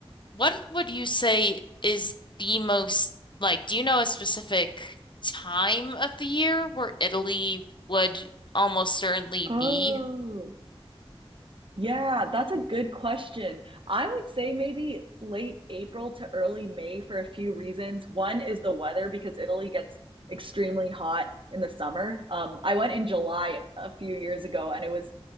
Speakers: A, on the left (about 50°); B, on the right (about 60°).
A: What would you say is the most like, do you know a specific time of the year where Italy would almost certainly
B: Oh,
A: be?
B: Yeah, that's a good question. I would say maybe late April to early May for a few reasons. One is the weather because Italy gets extremely hot in the summer. Um, I went in July a few years ago and it was